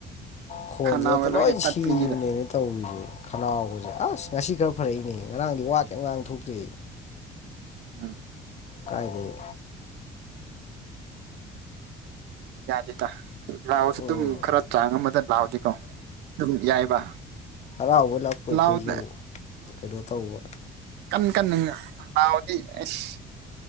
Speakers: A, on the left; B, on the right.
A: ꯈꯣꯟꯁꯦ
B: ꯈꯅꯥꯎꯒ
A: ꯑꯗ
B: ꯂꯣꯏꯅ
A: ꯂꯣꯏ
B: ꯇꯠꯄꯤꯅꯤꯗ
A: ꯁꯤꯈꯤꯕꯅꯦꯅꯦ ꯇꯧꯔꯤꯁꯦ ꯈꯅꯥꯎꯕꯁꯦ ꯑꯁ ꯉꯁꯤ ꯈꯔ ꯐꯔꯛꯏꯅꯦ ꯉꯔꯥꯡꯗꯤ ꯋꯥ ꯀꯩꯝ ꯉꯥꯡ ꯊꯣꯛꯇꯦ
B: ꯎꯝ
A: ꯀꯥꯏꯗꯩ
B: ꯌꯥꯗꯦꯗ ꯂꯥꯎꯔꯁꯨ ꯑꯗꯨꯝ
A: ꯎꯝ
B: ꯈꯔ ꯆꯥꯡ ꯑꯃꯗ ꯂꯥꯎꯔꯗꯤꯀꯣ ꯑꯗꯨꯝ ꯌꯥꯏꯕ
A: ꯍꯔꯥꯎꯕꯣꯏ ꯂꯥꯛꯄꯣꯏ ꯑꯩꯈꯣꯏꯁꯨ
B: ꯂꯥꯎ
A: ꯀꯩꯅꯣ ꯇꯧꯕ
B: ꯀꯟꯅ ꯀꯟꯅ ꯂꯥꯎꯔꯗꯤ ꯑꯁ